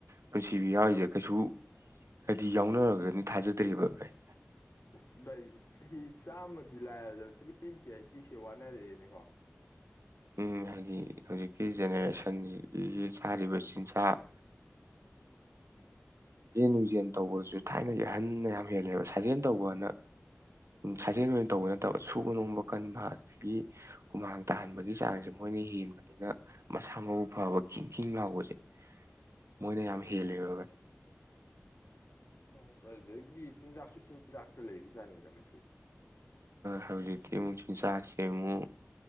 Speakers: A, on the right; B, on the left.
A: ꯄꯨꯟꯁꯤꯕꯤ ꯌꯥꯎꯔꯤꯁꯦ ꯀꯩꯁꯨ ꯍꯥꯏꯗꯤ ꯌꯥꯎꯅꯔꯒꯅ ꯊꯥꯖꯗ꯭ꯦꯔꯤꯕ ꯀꯥꯏ
B: ꯑ ꯆꯍꯤ ꯆꯥꯃꯗꯤ ꯂꯌꯥ ꯁꯤ ꯋꯥꯅꯔꯤꯅꯤꯀꯣ
A: ꯎ ꯍꯥꯏꯗꯤ ꯍꯧꯖꯤꯛꯀꯤ ꯖꯦꯅꯦꯔꯦꯁꯟꯒꯤ ꯆꯥꯔꯤꯕ ꯆꯤꯟꯖꯥꯛ
B: ꯎꯝ
A: ꯁꯥꯖꯦꯜ ꯅꯨꯡꯖꯦꯜ ꯇꯧꯕꯁꯨ ꯊꯥꯏꯅꯒꯤ ꯑꯍꯟꯅ ꯌꯥꯝ ꯍꯦꯜꯂꯦꯕ ꯁꯥꯖꯦꯜ ꯇꯧꯕꯅ ꯁꯥꯖꯦꯜ ꯖꯦꯟ ꯇꯧꯕ ꯅꯠꯇꯕ ꯁꯨꯕ ꯅꯣꯝꯕ ꯀꯟꯕ ꯑꯗꯒꯤ ꯍꯨꯃꯥꯡ ꯇꯥꯍꯟꯕꯒꯤ ꯆꯥꯡꯁꯦ ꯃꯣꯏꯅ ꯍꯦꯟꯕꯅꯤꯅ ꯃꯁꯥ ꯃꯎ ꯐꯕ ꯈꯤꯡ ꯈꯤꯡ ꯂꯥꯎꯕꯁꯦ ꯃꯣꯏꯅ ꯌꯥꯝ
B: ꯎꯝ
A: ꯍꯦꯜꯂꯦꯔꯒ
B: ꯍ ꯑꯗꯨꯗꯒꯤ ꯆꯤꯟꯖꯥꯛꯁꯨ ꯆꯤꯟꯖꯥꯛꯇ ꯂꯩꯕꯖꯥꯠꯅꯤꯗ ꯉꯁ
A: ꯍꯧꯖꯤꯛꯇꯤ ꯑꯃꯨꯛ ꯆꯤꯟꯖꯥꯛꯁꯦ ꯑꯃꯨꯛ